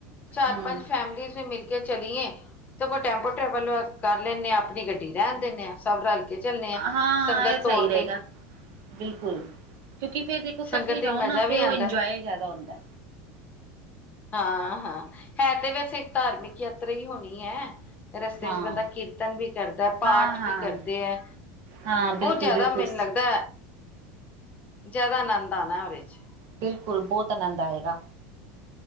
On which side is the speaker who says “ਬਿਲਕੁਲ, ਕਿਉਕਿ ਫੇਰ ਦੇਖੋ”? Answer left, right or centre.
Right